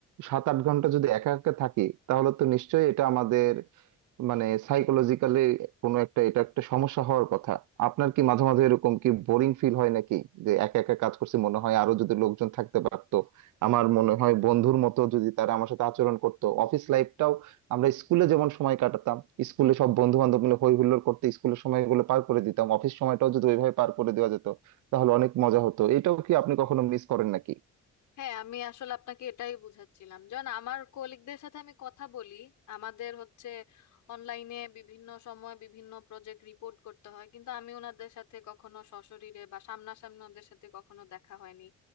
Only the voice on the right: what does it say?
সাত আট ঘন্টা যদি একা একা থাকি তাহলে তো নিশ্চয়ই এটা আমাদের মানে সাইকোলজিক্যালি কোনো একটা এটা একটা সমস্যা হওয়ার কথা আপনার কি মাঝে মাঝে এরকম কি বোরিং ফিল হয় নাকি যে একা একা কাজ করছি মনে হয় আরো যদি লোকজন থাকতে পারতো আমার মনে হয় বন্ধুর মতো যদি তারা আমার সাথে আচরণ করতো অফিস লাইফটাও আমরা স্কুলে যেমন সময় কাটাতাম স্কুলে সব বন্ধু বান্ধব মিলে হই হুল্লোড় করতে স্কুলের সময়গুলো পার করে দিতাম অফিস সময়টাও যদি ওইভাবে পার করে দেওয়া যেত তাহলে অনেক মজা হতো এটাও কি আপনি কখনো মিস করেন নাকি